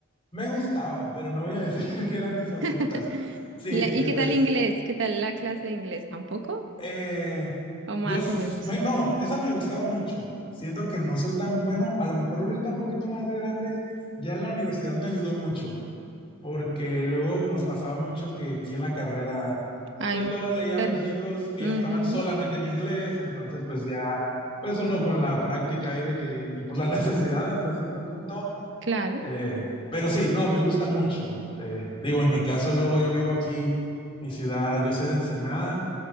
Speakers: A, on the left; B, on the right.
A: Me gustaban, pero no voy a decir <laughs> que eran mis favoritas.
B: <laughs>
A: Sí,
B: La- ¿Y
A: desde
B: qué tal inglés? ¿Qué tal la clase de inglés? ¿Tampoco?
A: eh,
B: ¿O más
A: yo, s-
B: o menos?
A: me- no, esa me gustaba mucho. Siento que no soy tan bueno. A lo mejor ahorita un poquito más de grande, ya en la universidad me ayudó mucho, porque luego nos pasaba mucho que aquí en la carrera,
B: Hay
A: pues
B: muchos
A: luego leíamos
B: términos.
A: libros que
B: Ujú,
A: ya estaban solamente en inglés, entonces pues ya, pues uno con la práctica ahí de que, y por la <laughs> necesidad hasta cierto punto,
B: Claro.
A: eh, pero sí, no, me gusta mucho. Eh, digo, en mi caso luego yo vivo aquí, mi ciudad, yo soy de Ensenada.